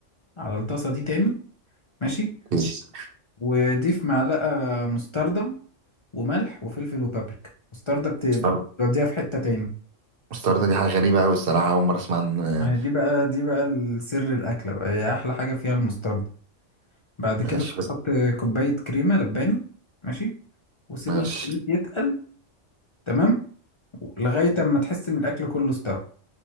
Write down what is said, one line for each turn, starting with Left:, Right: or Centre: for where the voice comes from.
Left: على الطاسة دي تاني ماشي
Right: كويس
Left: وضيف معلقة مستردة وملح وفلفل وبابريكا مستردة بت-
Right: مستردة
Left: بتوديها في حتة تاني
Right: مستردة دي حاجة غريبة أوي الصراحة أول مرة أسمع عن
Left: آه، دي بقى دي بقى السر الأكلة بقى هي أحلى حاجة فيها المستردة بعد كده
Right: ماشي بس
Left: تحط كوباية كريمة لباني ماشي وسيب
Right: ماشي
Left: الخليط يتقل تمام لغاية اما تحس ان الاكل كله استوى